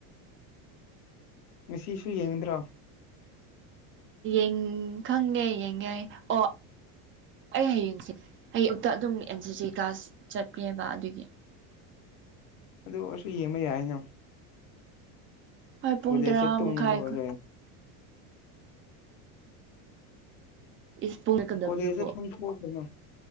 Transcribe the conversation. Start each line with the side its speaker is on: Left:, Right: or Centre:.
Left: ꯉꯁꯤꯁꯨ ꯌꯦꯡꯒꯗ꯭ꯔꯥ
Right: ꯡ ꯈꯪꯒꯦ ꯌꯦꯡꯒꯦ ꯑꯣ ꯑꯩ ꯍꯌꯦꯡꯁꯦ ꯑꯌꯨꯛꯇ ꯑꯗꯨꯝ ꯑꯦꯟ ꯁꯤ ꯁꯤ ꯀꯥꯁ ꯆꯠꯄꯦꯕ ꯑꯗꯨꯒꯤ
Left: ꯑꯗꯨ ꯑꯣꯏꯁꯨ ꯌꯦꯡꯕ ꯌꯥꯏꯅꯪ
Right: ꯍꯣꯏ ꯄꯨꯡ
Left: ꯀꯣꯂꯦꯖꯇ
Right: ꯇꯔꯥ
Left: ꯇꯨꯝꯒ
Right: ꯃꯈꯥꯏ
Left: ꯂꯣꯏꯔꯦ
Right: ꯏꯁ ꯄꯨꯡ ꯀꯗꯕꯗꯨꯕꯣ
Left: ꯀꯣꯂꯦꯁꯇꯥ ꯇꯨꯝꯊꯣꯛꯑꯣ ꯀꯩꯅꯣ